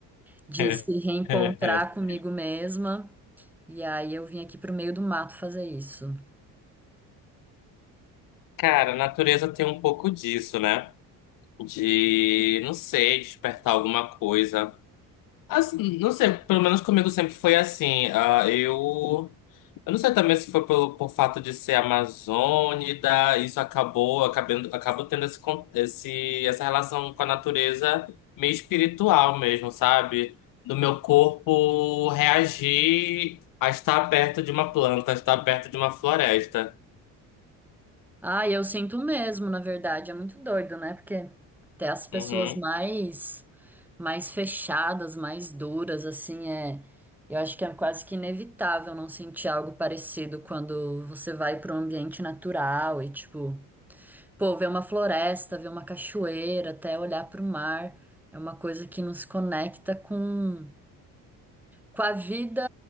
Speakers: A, in the centre; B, on the left.
A: de
B: <laughs>
A: se reencontrar comigo mesma. E aí eu vim aqui pro meio do mato fazer isso.
B: Cara, a natureza tem um pouco disso, né? De, não sei, despertar alguma coisa. Assim, não sei, pelo menos comigo sempre foi assim. ah, eu, eu não sei também se foi pelo, por fato de ser amazônida, isso acabou, acabando, acabo tendo esse, con- esse, essa relação com a natureza meio espiritual mesmo, sabe? Do meu corpo reagir a estar perto de uma planta, a estar perto de uma floresta.
A: Ah, eu sinto mesmo, na verdade, é muito doido, né? Porque até as pessoas
B: Uhum,
A: mais mais fechadas, mais duras, assim, é, eu acho que é quase que inevitável não sentir algo parecido quando você vai para um ambiente natural e tipo, pô, ver uma floresta, ver uma cachoeira, até olhar para o mar, é uma coisa que nos conecta com com a vida